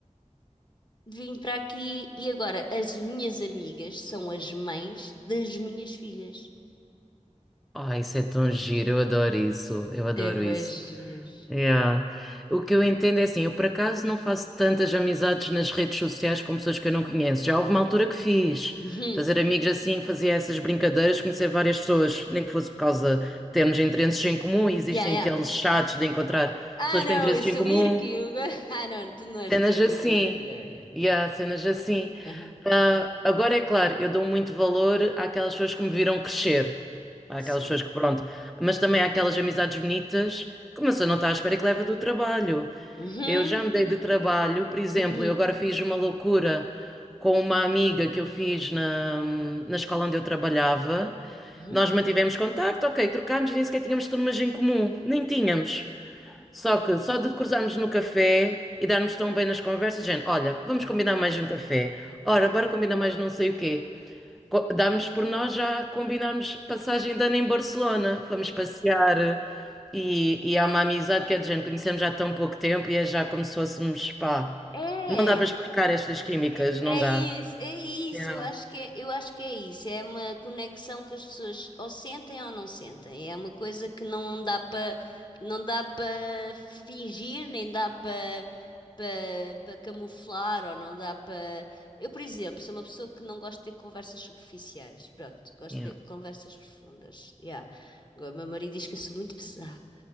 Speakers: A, on the left; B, in the centre.
A: Vim para aqui e agora as minhas amigas são as mães das minhas filhas.
B: Ai, isso é tão giro, eu adoro isso, eu adoro
A: É bué
B: isso.
A: Jesus.
B: Yeah. O que eu entendo é assim, eu por acaso não faço tantas amizades nas redes sociais com pessoas que eu não conheço. Já houve uma altura que fiz,
A: Uhum.
B: fazer amigos assim, fazia essas brincadeiras, conhecer várias pessoas, nem que fosse por causa de termos interesses em comum, e existem
A: Yeah, yeah.
B: aqueles chats de encontrar
A: Ah,
B: pessoas
A: não,
B: com interesses
A: esse
B: em comum.
A: é o Mirko. <laughs> Ah, não, tu não és
B: Cenas
A: do tempo
B: assim.
A: do Mirko. Yeah, yeah.
B: Yeah,
A: Não,
B: cenas assim.
A: não. Aham.
B: Ah, agora é claro, eu dou muito valor àquelas pessoas que me viram crescer. Àquelas
A: Sim.
B: pessoas que, pronto. Mas também àquelas amizades bonitas que uma pessoa não está à espera que leva do trabalho.
A: Uhum.
B: Eu já me dei de trabalho, por exemplo,
A: Uhum.
B: eu agora fiz uma loucura com uma amiga que eu fiz na, na escola onde eu trabalhava.
A: Uhum.
B: Nós mantivemos contacto, ok, trocámos e nem sequer tínhamos turmas em comum. Nem tínhamos. Só que só de cruzarmos no café e darmos tão bem nas conversas, gente, olha, vamos combinar mais um café. Ora, bora combinar mais não sei o quê. Co- Damos por nós já combinarmos passagem de ano em Barcelona. Vamos passear eh, e, e há uma amizade que é de gente, conhecemos já há tão pouco tempo e é já como se fôssemos, pá.
A: É,
B: Não dá para explicar estas químicas,
A: É
B: não
A: é
B: dá.
A: isso, é isso,
B: Yeah.
A: eu acho que é, eu acho que é isso. É uma conexão que as pessoas ou sentem ou não sentem. É uma coisa que não dá para não dá para fingir, nem dá para para camuflar ou não dá para. Eu, por exemplo, sou uma pessoa que não gosto de ter conversas superficiais. Pronto, gosto
B: Yeah.
A: de conversas profundas. Yeah. Agora, o meu marido diz que eu sou muito pesada.